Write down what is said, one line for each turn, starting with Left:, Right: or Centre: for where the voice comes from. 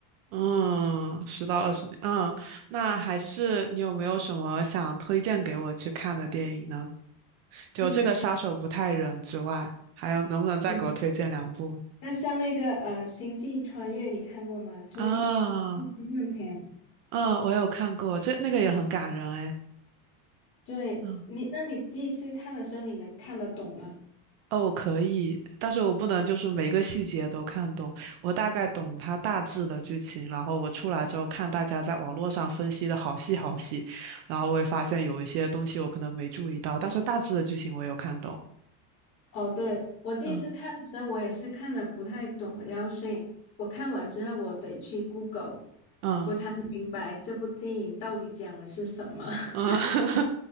Right: 嗯，十到二十年，嗯，那还是你有没有什么想推荐给我去看的电影呢？就这个杀手不太冷之外，
Left: 对，
Right: 还有能不能再给我推荐两部？
Left: 嗯，那像那个呃《星际穿越》，你看过吗？就是一
Right: 啊
Left: 科幻片。
Right: 嗯，我有看过，这那个也很感人哎。
Left: 对你，
Right: 嗯，
Left: 那你第一次看的时候，你能看得懂吗？
Right: 哦，我可以，但是我不能就是每个细节都看懂，我大概懂它大致的剧情，然后我出来之后看大家在网络上分析的好细好细，然后我也发现有一些东西我可能没注意到，但是大致的剧情我有看懂。
Left: 哦，对，我第一次看的时候，
Right: 嗯
Left: 我也是看的不太懂的，然后所以我看完之后，我得去 Google，
Right: 嗯
Left: 我才能明白这部电影到底讲的是什么。
Right: 嗯
Left: <laughs>
Right: <laughs>